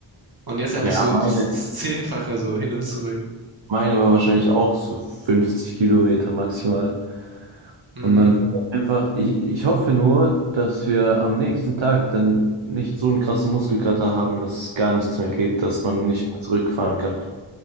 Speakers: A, on the right; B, on the right.
A: Und jetzt einfach
B: Ja,
A: so
B: meine,
A: das, das Zehnfache so hin und zurück.
B: meine war wahrscheinlich auch so 50 Kilometer maximal.
A: Mhm.
B: Und man wird einfach, ich, ich hoffe nur, dass wir am nächsten Tag dann nicht so einen krassen Muskelkater haben, dass es gar nichts mehr geht, dass man nicht mehr zurückfahren kann.